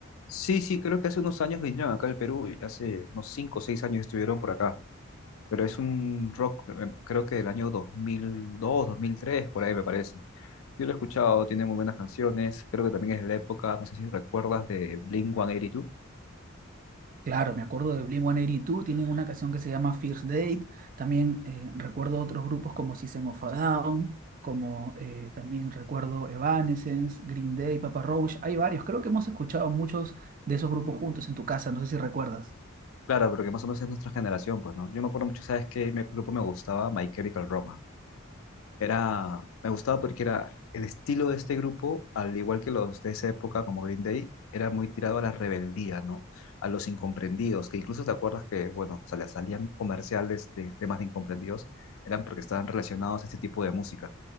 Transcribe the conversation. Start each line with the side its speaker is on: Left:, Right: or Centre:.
Left: Sí, sí, creo que hace unos años vinieron acá al Perú, y hace unos 5 o 6 años estuvieron por acá, pero es un rock, eh, creo que del año 2002, 2003, por ahí me parece. Yo lo he escuchado, tiene muy buenas canciones, creo que también es de la época, no sé si recuerdas, de Blink-182.
Right: Claro, me acuerdo de Blink-182, tienen una canción que se llama First Date. También eh, recuerdo otros grupos como System of a Down, como eh, también recuerdo Evanescence, Green Day, Papa Roach. Hay varios, creo que hemos escuchado muchos de esos grupos juntos en tu casa, no sé si recuerdas.
Left: Claro, porque más o menos es nuestra generación, pues, ¿no? Yo me acuerdo mucho, ¿sabes qué me- grupo me gustaba? My Chemical Romance. Era, me gustaba porque era el estilo de este grupo, al igual que los de esa época como Green Day, era muy tirado a la rebeldía, ¿no? A los incomprendidos, que incluso te acuerdas que, bueno, o sea, salían comerciales de temas de incomprendidos, eran porque estaban relacionados a este tipo de música.